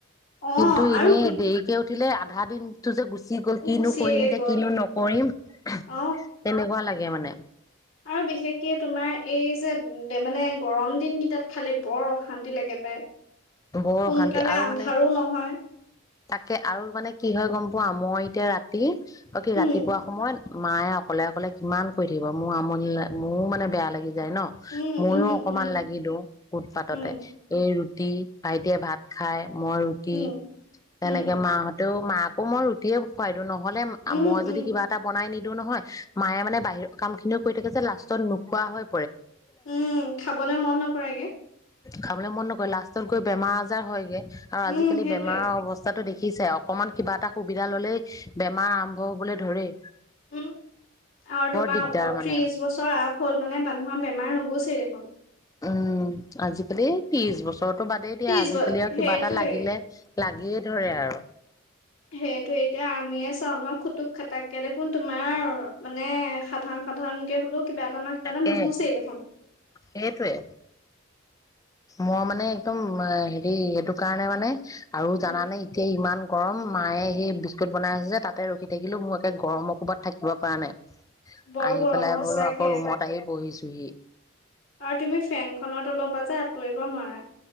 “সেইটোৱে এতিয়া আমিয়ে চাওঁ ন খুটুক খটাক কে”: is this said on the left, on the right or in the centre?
Left